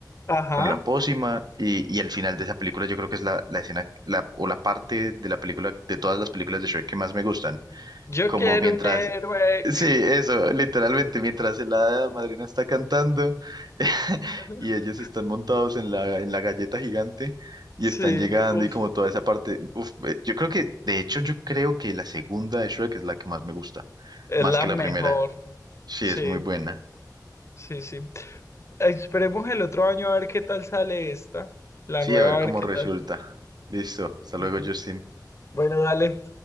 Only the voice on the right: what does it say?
con la pócima y, y el final de esa película yo creo que es la, la escena la, o la parte de la película, de todas las películas de Shrek que más me gustan.
Como
mientras,
sí, eso, literalmente, mientras la hada madrina está cantando <laughs>
y ellos están montados en la, en la galleta gigante y están
llegando
y como toda esa parte, uf, eh, yo creo que, de hecho, yo creo que la segunda de Shrek es la que más me gusta,
más
que
la primera. Sí,
es muy buena.
Sí,
a ver
cómo
resulta.
Listo, hasta
luego, Justin.